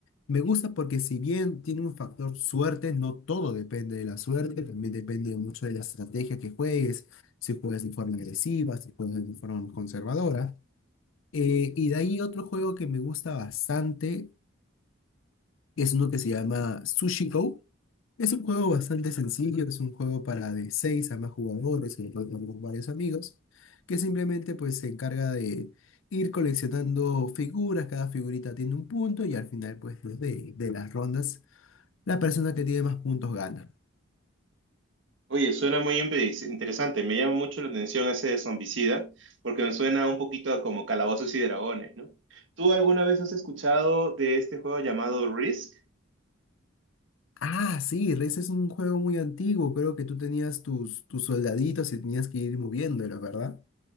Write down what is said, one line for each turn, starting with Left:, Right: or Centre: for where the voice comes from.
Left: Me gusta porque si bien tiene un factor suerte, no todo depende de la suerte, también depende mucho de la estrategia que juegues, si juegas de forma agresiva, si juegas de forma conservadora. Eh, y de ahí otro juego que me gusta bastante es uno que se llama Sushi Go. Es un juego bastante sencillo, es un juego para de 6 a más jugadores, que lo pueden jugar con varios amigos, que simplemente pues se encarga de ir coleccionando figuras, cada figurita tiene un punto y al final pues de, de las rondas la persona que tiene más puntos gana.
Right: Oye, suena muy impre- interesante. Me llama mucho la atención ese de zombicida, porque me suena un poquito a como calabozos y dragones, ¿no? ¿Tú alguna vez has escuchado de este juego llamado Risk?
Left: Ah, sí, Rez es un juego muy antiguo, creo que tú tenías tus, tus soldaditos y tenías que ir moviéndolos, ¿verdad?